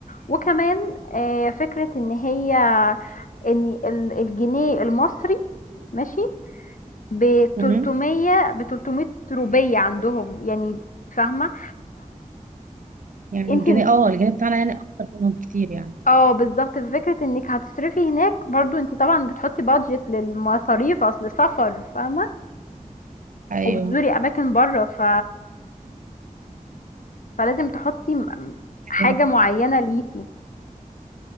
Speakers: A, on the left (about 70°); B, on the right (about 70°).
A: وكمان آه، فكرة ان هي ان ال- الجنيه المصري ماشي ب
B: مهم.
A: 300 ب 300 روبية عندهم يعني فاهمة
B: يعني
A: فانت
B: الجنيه اه الجنيه بتاعنا يعني اكتر منهم بكتير يعني
A: اه بالظبط في فكرة انك هتصرفي هناك برضو انت طبعا بتحطي بادجت للمصاريف اصل سفر فاهمة
B: ايوه
A: وبتزوري اماكن بره ف... فلازم تحطي م-
B: حلو
A: حاجة
B: ده
A: معينة ليكي